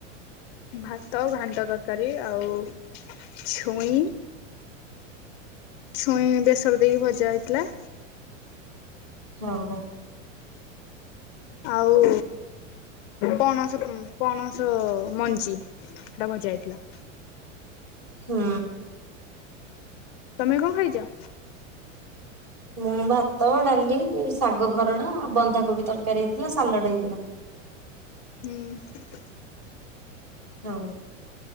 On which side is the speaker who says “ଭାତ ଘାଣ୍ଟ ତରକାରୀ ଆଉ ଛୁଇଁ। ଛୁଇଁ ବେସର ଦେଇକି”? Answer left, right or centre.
Left